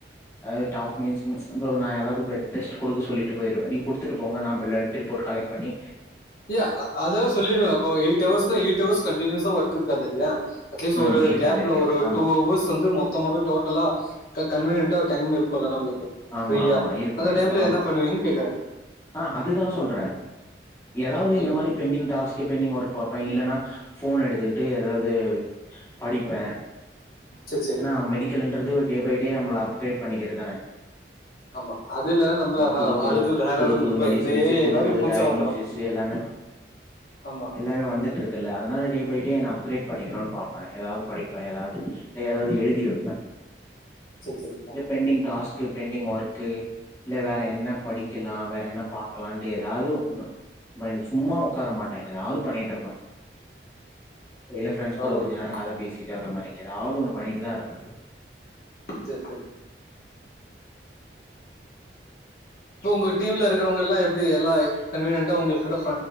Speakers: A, on the left; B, on the left.
A: ஏ டாக்மெண்ஸ் மீண்ஸ் நான் யாராவது பெட் டெஸ்ட் குடுக்க சொல்லிட்டு போயிடுவேன் நீ குடுத்துட்டு போங்க நான் பில்லெடுத்துட்டு போட் கலக்ட்பண்ணி
B: இயா அது சொல்லிடுவே அப்ப எயிட் ஹவஸ் எயிட் ஹவஸ் கண்டினியுஸா ஒர்க் இருக்காது இல்லையா அட்லீஸ்
A: ம்
B: ஒரு
A: இருக்காது
B: கேப்ல
A: இருக்காது
B: ஒரு
A: ஆமா
B: டூ ஹவஸ் வந்து மொ தமாவே டோட்டலா கன்வீனியன்டா டைம் இருக்கும்ல நம்முளுக்கு
A: ஆமா
B: ஃப்ரியா
A: ஆமா இருக்கு
B: அந்த
A: இருக்கு
B: டைம்ல
A: ஆமா
B: என்ன பண்ணுவீன் கேக்குறே
A: ஆ அதுதா சொல்றே ஏதாவது
B: ஓகே
A: இந்த மாரி பெண்டிங் டாஸ்க்கு பெண்டிங் ஒர்க் பாப்பே இல்லன்னா போன் எடுத்துட்டு ஏதாது படிப்பே
B: சேரி சேரி
A: எனா மெடிக்கல்ன்றது டே பை டே நம்மள அப்கிரேட் பண்ணிக்கிறதான
B: ஆமா அது இல்லன்னா நம்மள
A: ஆ புது
B: அஹ்,
A: புது
B: அடுத்து வேற
A: புது
B: எதுவும்
A: புது
B: இப்ப
A: மெடிசின்ஸ்சு
B: இந்த ஏ
A: புது
B: ஐ மாரி
A: புது
B: புதுசா
A: டைக்னோசிஸ்சு
B: வந்துரும்
A: எல்லாமே
B: ஆமா
A: எல்லாமே வந்து டுருக்குல்ல அதனால டே பை டே என்ன அப்கிரேட் பண்ணிக்கனு பாப்பே ஏதாவது படிப்பே ஏதாவது இல்ல எதாவது எழுதி வைப்பே
B: சேரி சேரி
A: பெண்டிங் டாஸ்க்கு பெண்டிங் ஒர்க்கு இல்ல வேற என்ன படிக்கலா வேற என்ன பாக்கலான்ட்டு ஏதாது ம் ஒண்ணு மா சும்மா உக்கார மாட்டே ஏதாது பண்ணிட்டு இருப்பே இல்ல ஃப்ரண்ட்ஸ்
B: பரவால்ல
A: கூட கொஞ்சோ
B: ப்ரோ
A: நேரோ கத பேசிட்டு அந்த மாரி ஏதாது ஒண்ணு பண்ணிட்டுதா இருப்பே
B: ஜே ஜே போ உங்க டீம்ல இருக்குறவுங்க எல்லா எப்புடி எல்லா கன்வீனியன்டா உங்ககிட்ட